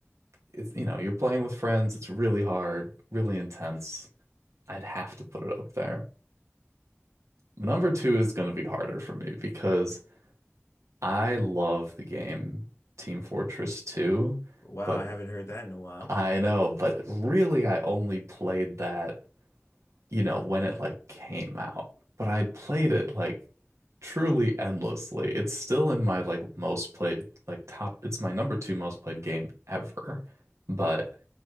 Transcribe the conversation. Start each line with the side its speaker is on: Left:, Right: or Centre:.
Right: it's, you know, you're playing with friends. It's really hard, really intense. I'd have to put it up there. Number two is going to be harder for me because I love the game Team Fortress 2,
Left: Wow,
Right: but
Left: I haven't heard that in a while.
Right: I know, but really I only played that, you know, when it like came out. But I played it like truly endlessly. It's still in my like most played like top, it's my number two most played game ever. But